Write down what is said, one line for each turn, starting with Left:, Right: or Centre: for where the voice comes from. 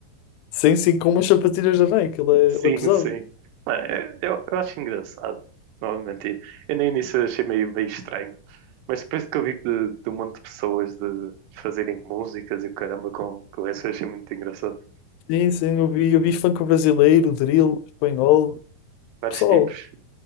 Left: Sim, sim, com umas sapatilhas da Nike, ele é,
Right: Sim,
Left: ele é pesado.
Right: sim. Mano, Eu, eu eu acho engraçado, não vou mentir. Eu no início achei meio, meio estranho, mas depois que eu vi de, de um monte de pessoas de fazerem músicas e o caramba com, com isso, eu achei muito engraçado.
Left: Sim, sim, eu vi, eu vi funk brasileiro, drill, espanhol.
Right: Vários
Left: Pessoal,
Right: tipos,